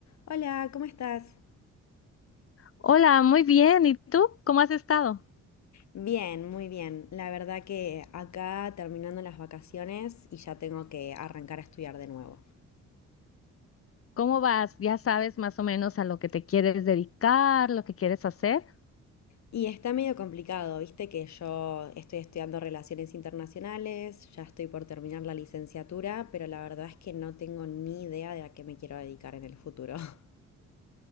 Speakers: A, on the left; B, on the left.
A: Hola, ¿cómo estás?
B: Hola, muy bien. ¿Y tú? ¿Cómo has estado?
A: Bien, muy bien. La verdad que acá terminando las vacaciones y ya tengo que arrancar a estudiar de nuevo.
B: ¿Cómo vas? ¿Ya sabes más o menos a lo que te quieres dedicar, lo que quieres hacer?
A: Y está medio complicado, viste que yo estoy estudiando relaciones internacionales, ya estoy por terminar la licenciatura, pero la verdad es que no tengo ni idea de a qué me quiero dedicar en el futuro. <laughs>